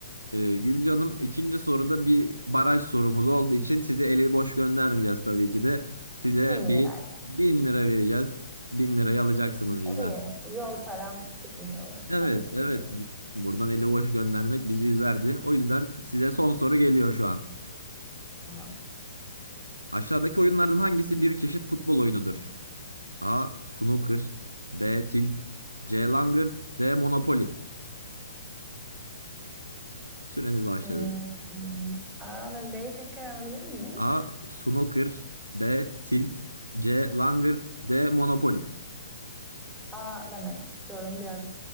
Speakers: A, on the right; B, in the centre.
A: Ee, Gülcanım ikinci soruda bir baraj sorumuz olduğu için size eli boş göndermeyeceğiz tabii ki de. Size
B: Bin
A: bir
B: lirayla.
A: bin lira vereceğiz. Bin lirayı alacaksınız bizden.
B: İyi. Yol param çıkmış olur.
A: Evet,
B: Tamam. Teşekkür
A: evet. Bu- Buradan eli boş göndermek bizi üzerdi. O yüzden size son soru geliyor şu an.
B: Tamam.
A: Aşağıdaki oyunlardan hangisi bir çeşit futbol oyunudur? A. Snooker B. Tilt C. Langırt D. Monopoly Süreniz başladı.
B: Hmm, A ve B'yi tekrar alabilir miyim?
A: A. Snooker B. Tilt C. Langırt D. Monopoly
B: A demek istiyorum. Biraz